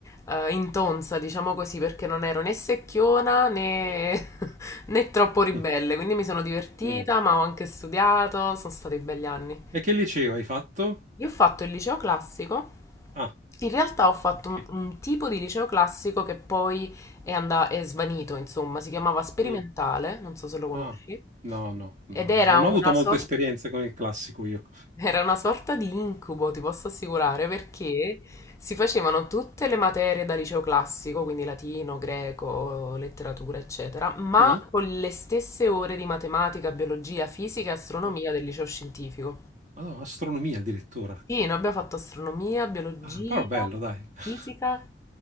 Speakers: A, on the left (about 15°); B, on the right (about 45°).
A: eh, in tonza, diciamo così, perché non ero né secchiona né, <laughs> né troppo ribelle,
B: <laughs>
A: quindi mi sono divertita,
B: Mm.
A: ma ho anche studiato, sono stati belli anni.
B: E che liceo hai fatto?
A: Io ho fatto il liceo classico.
B: Ah,
A: In realtà ho fatto
B: ok.
A: un, un tipo di liceo classico che poi è, anda- è svanito, insomma, si chiamava sperimentale,
B: Mm.
A: non so se lo conosci,
B: Ah, no, no, no,
A: ed era
B: non
A: una
B: ho avuto molte
A: sorta,
B: esperienze con il classico io.
A: era una sorta di incubo, ti posso assicurare, perché si facevano tutte le materie da liceo classico, quindi latino, greco, letteratura, eccetera, ma
B: Mm?
A: con le stesse ore di matematica, biologia, fisica e astronomia
B: Ah,
A: del liceo scientifico.
B: ah, no, astronomia addirittura.
A: Sì, noi abbiamo fatto astronomia, biologia,
B: Ah, però bello, dai. <laughs>
A: fisica